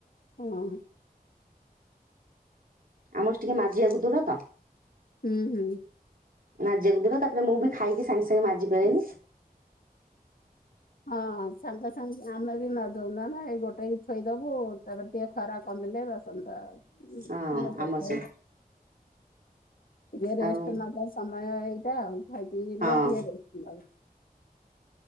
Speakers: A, on the left; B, on the right.
A: ହଁ।
B: ଆମର ଟିକେ ମାଜିବାକୁ ଦୂର ତ।
A: ହୁଁ ହୁଁ।
B: ମାଜିବାକୁ ଦିବ ତାପରେ ମୁଁ ବି ଖାଇକି ସାଙ୍ଗେ ସାଙ୍ଗେ ମାଜି ପାରେନି।
A: ହଁ ସାଙ୍ଗେ ସାଙ୍ଗେ ଆମେ ବି ମା ଯଉନା ନା ଏଇ ଗୋଟେଇକି ଥୋଇଦବୁ ତାପରେ ଟିକେ ଖରା କମିଲେ ବାସନ ଟା
B: ହଁ
A: ମଜା
B: ଆମ
A: ଯିବ
B: ସେ
A: ଆଉ। ଟିକେ ରେଷ୍ଟ
B: ଆଉ
A: ନବା ସମୟ ଏଇଟା ଆଉ ଖାଇକି
B: ହଁ
A: ଟିକେ ରେଷ୍ଟ ନବ।